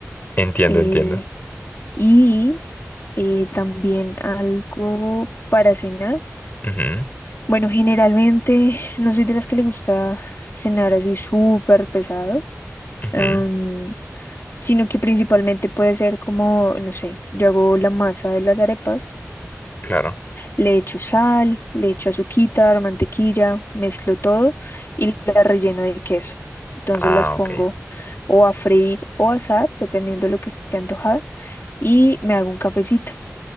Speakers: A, on the left; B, on the left.
A: entiendo,
B: Eh,
A: entiendo.
B: y eh, también algo para cenar.
A: Ujú,
B: Bueno, generalmente no soy de las que le gusta cenar así súper pesado,
A: ujú,
B: am, sino que principalmente puede ser como, no sé, yo hago la masa de las arepas
A: claro.
B: Le echo sal, le echo azuquitar, mantequilla, mezclo todo y las relleno de queso. Entonces
A: Ah,
B: las pongo
A: ok.
B: o a freír o a asar, dependiendo de lo que esté antojada, y me hago un cafecito.